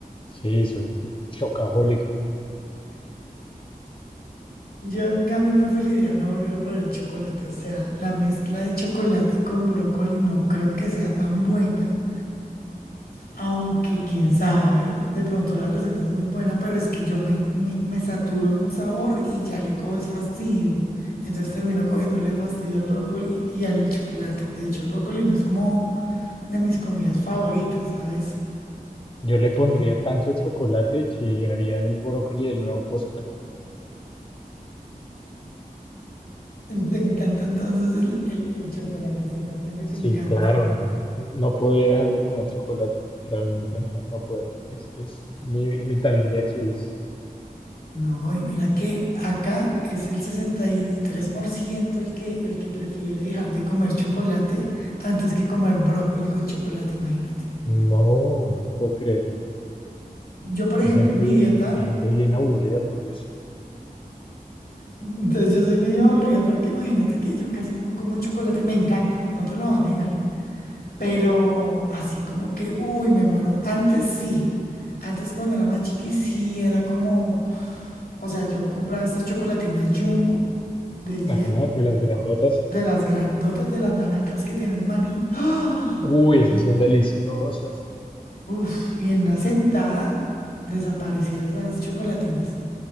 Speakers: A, on the left (about 35°); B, on the left (about 80°).
A: Sí, soy cho- chocajólico.
B: Yo en cambio preferiría no volver a probar el chocolate. O sea, la mezcla de chocolate con brócoli no creo que sea tan buena. Aunque quién sabe, de pronto la receta es muy buena, pero es que yo me, me, me saturo de un sabor y ya le coges fastidio. Entonces termino cogiéndole fastidio al brócoli y al chocolate. De hecho, el brócoli no es como de mis comidas favoritas, ¿sabes?
A: Yo le pondría
B: Eh,
A: tanto chocolate que haría del brócoli el nuevo postre.
B: Te encanta entonces el, el, el chocolate, se nota que
A: Sí,
B: te encanta.
A: claro, no, no podría dejar de comer chocolate. Realmente no, no puedo. Es, es mi, mi talón de Aquiles.
B: No, y mira que acá es el 63% el que, el que prefiere dejar de comer chocolate antes que comer brócoli con chocolate, imagínate.
A: No, no lo puedo creer.
B: Yo, por
A: Qué
B: ejemplo,
A: gente
B: en mi
A: bien,
B: dieta,
A: qué gente bien aburrida, por Dios.
B: entonces yo soy medio aburrida porque imagínate que yo casi no como chocolate. Me encanta, no te lo voy a negar. Pero así como que, uy, me muero. Antes sí. Antes cuando era más chiqui, sí era como, o sea, yo compraba estas chocolatinas Jumbo de Jet,
A: Ajá, de las grandotas.
B: o- de las grandotas, de las naranjas que tienen maní. ¡Ah!
A: Uy, esas
B: Y,
A: son deliciosas.
B: uf, y en una sentada desaparecían esas chocolatinas.